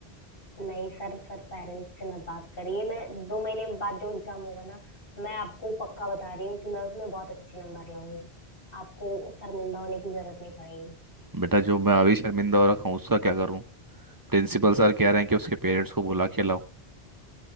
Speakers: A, on the left (about 60°); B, on the right (about 20°).
A: नहीं सर सर पेरेंट्स से मत बात करिए मैं दो महीने बाद जो एग्जाम होगा ना मैं आपको पक्का बता रही हूँ कि मैं उसमें बहुत अच्छे नंबर लाऊंगी आपको शर्मिंदा होने की जरूरत नहीं पड़ेगी
B: बेटा जो मैं अभी शर्मिंदा हो रखा हूँ उसका क्या करूँ प्रिंसिपल सर कह रहे हैं कि उसके पेरेंट्स को बुला के लाओ